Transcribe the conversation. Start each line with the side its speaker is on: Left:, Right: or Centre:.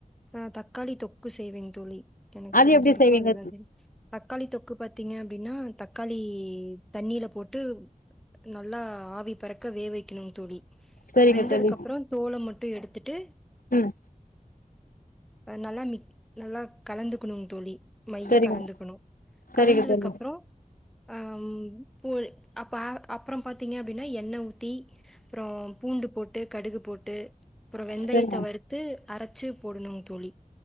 Centre: ஆஹ் தக்காளி தொக் கு சேய்வே தோழி எனக்கு
Left: அது
Centre: தெரிஞ்ச
Left: எப்டி
Centre: வரைக்கு
Left: செய்வீங்க
Centre: அதுதா தெரியு தக்காளி தொக்கு பாத்தீங்க அப்டின்னா தக்காளி தண்ணியில போட்டு நல்லா ஆவி பறக்க வேக வக்கணும் தோழி
Left: சரிங்க
Centre: வெந்ததுக்கு
Left: தோழி
Centre: அப்றோ தோல மட்டும் எடுத்துட்டு
Left: ம்
Centre: அஹ் நல்லா மிக் நல்லா கலந்துக்கணும் தோழி மைய
Left: சரிங்க
Centre: கலந்துக்கணும்
Left: சரிங்க
Centre: கலந்ததுக்கு
Left: தோழி
Centre: அப்புறோம் ம் போல் அப்ப அப்புறம் பாத்தீங்க அப்டின்னா எண்ணெ ஊத்தி அப்புறோம் பூண்டு போட்டு கடுகு போட்டு அப்புறோம் வெந்தயத்த
Left: சரிங்க
Centre: வறுத்து அரச்சு போடணும் தோழி